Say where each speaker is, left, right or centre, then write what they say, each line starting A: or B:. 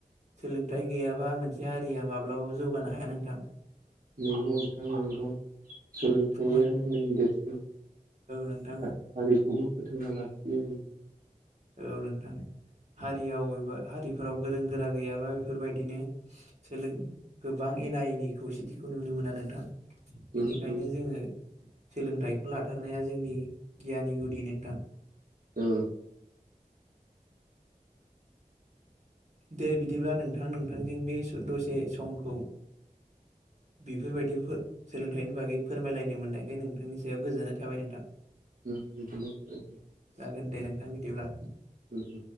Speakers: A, on the right (about 50°); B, on the right (about 75°).
A: सोलोंथाइ गैयाबा मोनसे हारिया माब्लाबाबो जौगानो हाया नोंथां
B: नंगौ नोंथां नांगौ सोलोंथायाइयानो
A: औ
B: मेन देरसिन
A: नोंथां
B: हा हारिखौबो फोथांना लाखियो आ
A: औ नोंथां हारियाव एबा हारिफोराव गोरों गोरा गैयाबा बेफोरबायदिनो सोलों गोबां एना एनि खौसेथिखौ नुनो मोना नोंथां
B: उम
A: बेनिखायनो
B: उम
A: जोङो सोलोंथाइखौ लाथारनाया जोंनि गियानि गुदि नोंथां
B: औ
A: दे बिदिब्ला नोंथां नोंथांजों बे दसे समखौ बेफोरबायदि सोलोंथाइनि बागै फोरमायलायनो मोननायखाय नोंथांनि सायाव गोजोननाय थाबाय नोंथां
B: <inaudible>
A: जागोन दे नोंथां बिदिब्ला
B: उम